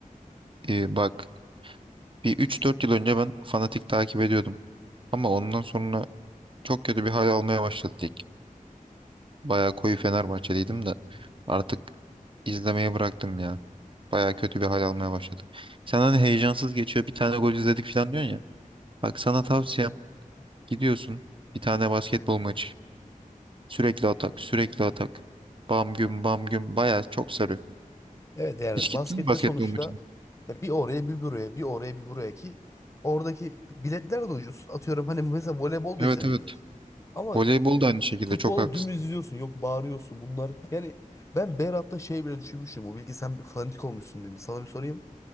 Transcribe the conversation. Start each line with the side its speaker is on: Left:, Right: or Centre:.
Right: Ee, bak bir üç dört yıl önce ben fanatik takip ediyordum. Ama ondan sonra çok kötü bir hal almaya başladı lig. Bayağı koyu Fenerbahçeliydim de artık izlemeyi bıraktım ya. Bayağı kötü bir hal almaya başladı. Sen hani heyecansız geçiyor bir tane gol izledik falan diyorsun ya. Bak sana tavsiyem Gidiyorsun bir tane basketbol maçı. Sürekli atak, sürekli atak. Bam güm bam güm bayağı çok sarıyor.
Left: evet yani
Right: Hiç gittin
Left: baskette
Right: mi basketbol
Left: sonuçta
Right: maçına?
Left: ya bir oraya bir buraya bir oraya bir buraya ki oradaki biletler de ucuz. Atıyorum hani mesela voleybol da
Right: Evet
Left: izlenebilir.
Right: evet.
Left: Ama
Right: Voleybol da aynı şekilde
Left: futbola
Right: çok haklısın.
Left: dümdüz izliyorsun. Yok bağırıyorsun bunlar. Yani ben Berat'ta şey bile düşünmüştüm. O bilgi sen fanatik olmuşsun dedim. Sana bir sorayım.